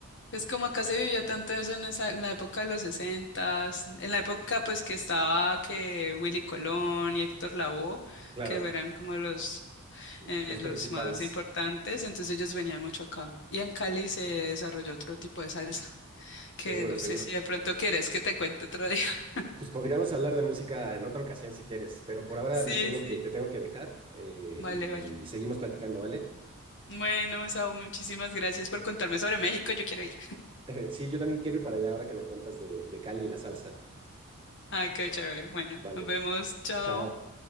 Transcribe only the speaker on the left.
Pues como acá se vivió tanto eso en esa, en la época de los sesentas, en la época pues que estaba que Willy Colón y Héctor Lavoe,
que eran como los,
eh,
los más importantes, entonces ellos venían mucho acá. Y en Cali se desarrolló otro tipo de salsa, que
no
sé si de pronto quieres que te cuente otro día. <laughs>
Sí,
sí.
Vale,
vale.
Bueno, Saúl, muchísimas gracias por contarme sobre México, yo quiero ir. <laughs>
Ay, qué chévere. Bueno,
nos vemos, chao.